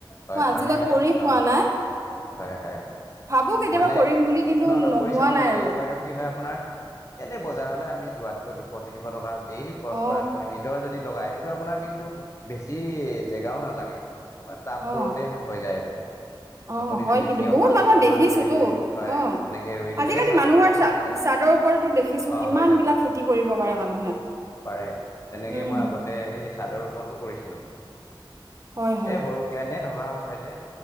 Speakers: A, on the left; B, on the right.
A: হয়
B: মই আজিলৈ
A: ফাৰ্মিং লাইফ
B: কৰি পোৱা
A: হয়।
B: নাই
A: হয় হয়
B: ভাবো কেতিয়াবা
A: মানে
B: কৰিম বুলি কিন্তু
A: ন ন
B: নোহোৱা
A: কৰি চাব
B: নাই
A: লাগে।
B: আৰু
A: এইটো বাইদেউ কি হয় আপোনাৰ এনেই বজাৰলৈ আমি যোৱাতকৈ দুশ তিনিশ টকা ডেইলি খৰচ
B: অ
A: কৰাতকৈ নিজৰ যদি লগাই, এইটো আপোনাৰ কিন্তু বেছি জেগাও নালাগে, আপো টাববোৰতে
B: অ
A: হৈ যায় এইটো।
B: অ
A: আপুনি
B: হয়
A: যদি
B: কিন্তু
A: তিঁয়হ
B: বহুত
A: পাঁচজোপা
B: মানুহ দেখিছোতো
A: মান ৰুই দিয়ে, হয়
B: অ
A: তেনেকে ৰুই দিলে
B: আজিকালি
A: এই চাদৰ
B: মানুহৰ
A: ওপৰতো
B: চা
A: হৈ যায়।
B: চাদৰ ওপৰতো দেখিছো
A: অ
B: কিমান
A: হৈ যায়
B: বিলাক
A: হৈ যায়
B: খেতি কৰিব পাৰে মানুহে।
A: পাৰে। তেনেকে
B: উম
A: মই আগতে এই চাদৰ ওপৰতো কৰিছিলো
B: হয় হয়
A: এ সৰুকে, এনে থকা হয় যে।